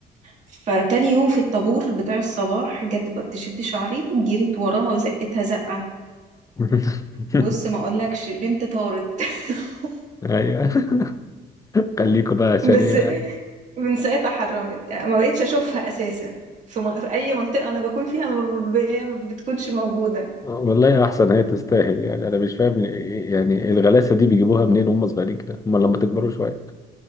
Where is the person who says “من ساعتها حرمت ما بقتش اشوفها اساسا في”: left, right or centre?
Right